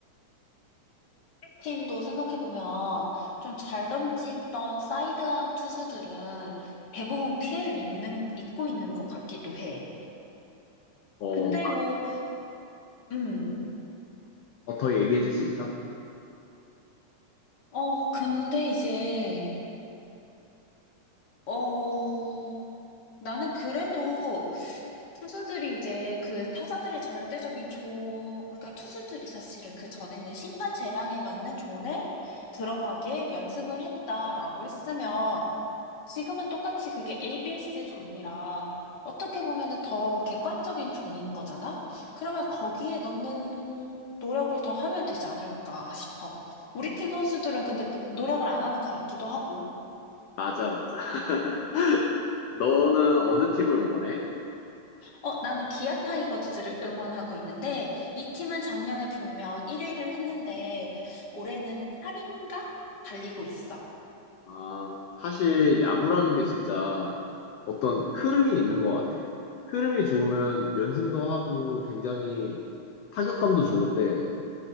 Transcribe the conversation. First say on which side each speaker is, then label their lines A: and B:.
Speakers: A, on the left (about 40°); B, on the left (about 70°).
A: 팀도 생각해보면 좀 잘 던지던 사이드암 투수들은 대부분 피해를 입는, 입고 있는 것 같기도 해.
B: 어,
A: 근데 뭐, 음,
B: 어, 더 얘기해 줄 수 있어?
A: 어, 근데 이제, 어, 나는 그래도 투수들이 이제 그 타자들의 절대적인 조, 그러니까 투수들이 사실은 그 전에는 심판 재량에 맞는 존에 들어가게 연습을 했다라고 했으면 지금은 똑같이 그게 ABS 존이라 어떻게 보면은 더 객관적인 존인 거잖아? 그러면 거기에 넣는 노력을 더 하면 되지 않을까 싶어. 우리
B: 음,
A: 팀 선수들은 근데 노력을 안 하는 것 같기도 하고.
B: 맞아, 맞아. <laughs> 너는 어느 팀을 응원해?
A: 어, 나는 기아 타이거즈를 응원하고 있는데 이 팀은 작년에 분명 1위를 했는데 올해는 8인가 달리고 있어.
B: 아, 사실 야구라는 게 진짜 어떤 흐름이 있는 것 같아. 흐름이 좋으면 연승도 하고 굉장히 타격감도 좋은데